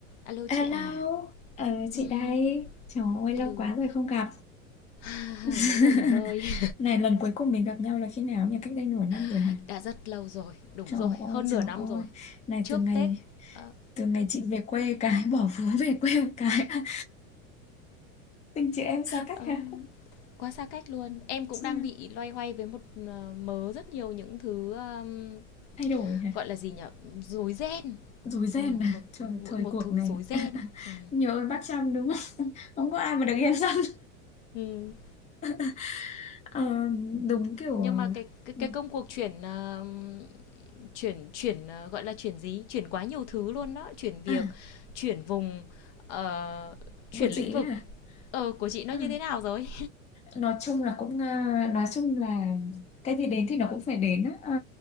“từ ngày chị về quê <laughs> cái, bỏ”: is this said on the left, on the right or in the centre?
Left